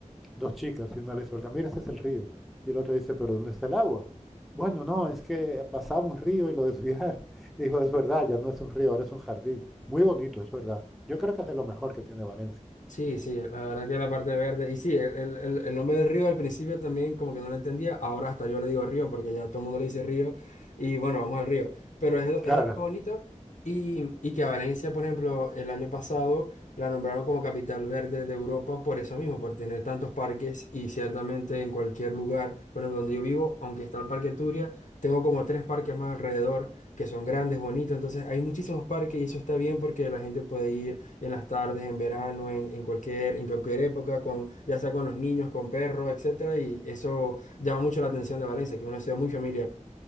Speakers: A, in the centre; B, on the left (about 75°).
A: dos chicas, y una le dice, "Olga, mira, ese es el río. Y el otro dice, pero ¿dónde está el agua? Bueno, no, es que pasaba un río y lo desviaron. <laughs> Y dijo, es verdad, ya no es un río, ahora es un jardín. Muy bonito, es verdad. Yo creo que es de lo mejor que tiene Valencia.
B: Sí, sí, la verdad que la parte verde. Y sí, el, el- el- el nombre del río al principio también como que no lo entendía. Ahora hasta yo le digo río porque ya todo el mundo le dice río. Y bueno, vamos al río. Pero es, de es de
A: Claro,
B: lo más bonito. Y, y que a Valencia, por ejemplo, el año pasado la nombraron como capital verde de Europa por eso mismo, por tener tantos parques. Y ciertamente en cualquier lugar, bueno, donde yo vivo, aunque está el Parque Turia, tengo como tres parques más alrededor que son grandes, bonitos. Entonces hay muchísimos parques y eso está bien porque la gente puede ir en las tardes, en verano, en, en cualquier, en cualquier época, con, ya sea con los niños, con perros, etcétera, y eso llama mucho la atención de Valencia, que es una ciudad muy familiar.